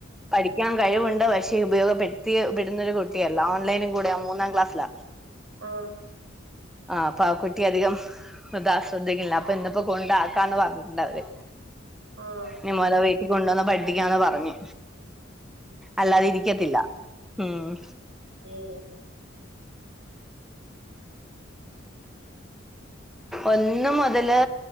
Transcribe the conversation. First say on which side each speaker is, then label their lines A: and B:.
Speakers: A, in the centre; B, on the right.
A: പഠിക്കാൻ കഴിവുണ്ട് പക്ഷേ ഉപയോഗപ്പെടുത്തി പെടുന്നൊരു കുട്ടിയല്ല ഓൺലൈനും കൂടെ മൂന്നാം ക്ലാസ്സില
B: ആ
A: ആ അപ്പൊ ആ കുട്ടി അധികം ഇത്ശ്രദ്ധിക്കില്ല അപ്പൊ ഇന്നിപ്പോ കൊണ്ടാക്കാന്ന് പറഞ്ഞിണ്ട അവര്
B: ആഹ്
A: നി മോലെ വീട്ടിൽ കൊണ്ടുവന്ന പഠിക്കാന്ന് പറഞ്ഞു അല്ലാതി ഇരിക്കത്തില്ല ഉം
B: മ്മ്
A: ഒന്ന് മുതല്